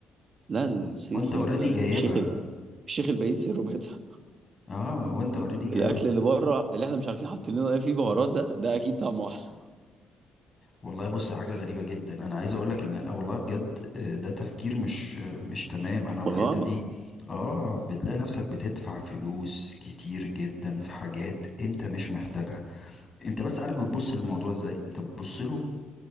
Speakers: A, on the right; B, on the left.
A: لا الشيخ
B: وانت اوريدي
A: ال- الشيخ
B: جايبها
A: ال- الشيخ البعيد سره بيتها
B: اه وانت اوريدي جايبها
A: الاكل اللي بره اللي احنا مش عارفين حاطين لنا ايه فيه بهارات ده ده اكيد طعمه احلى
B: والله بص حاجة غريبة جدا انا عايز اقول لك ان والله بجد آه، ده تفكير مش آه، مش تمام انا الحتة
A: غلط
B: دي اه بتلاقي نفسك بتدفع فلوس كتير جدا في حاجات انت مش محتاجها انت بس عارف بتبص للموضوع ازاي انت بتبص له